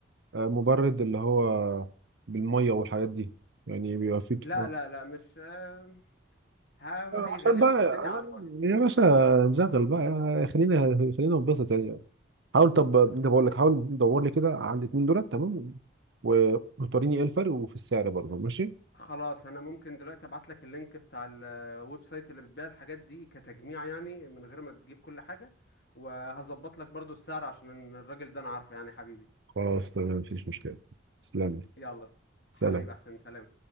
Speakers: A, on the right; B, on the left.
A: مبرد اللي هو بالمية والحاجات دي يعني بيبقى فيه بتاع
B: لا لا لا مش آه، ه- هيغلي
A: عشان بقى
B: لك الدنيا
A: آه،
B: على الفاضي
A: يا باشا نشغل بقى خلينا خلينا ننبسط يعني حاول طب ده بقول لك حاول دور لي كده على الاثنين دولت تمام و- وتوريني ايه الفرق وفي السعر برضه ماشي
B: خلاص انا ممكن دلوقتي ابعت لك اللينك بتاع الويب سايت اللي بتبيع الحاجات دي كتجميع يعني من غير ما تجيب كل حاجة وهظبط لك برضو السعر عشان الراجل ده انا عارفه يعني حبيبي
A: خلاص تمام مفيش مشكلة تسلم لي.
B: يلا
A: سلام
B: حبيبي احسن سلام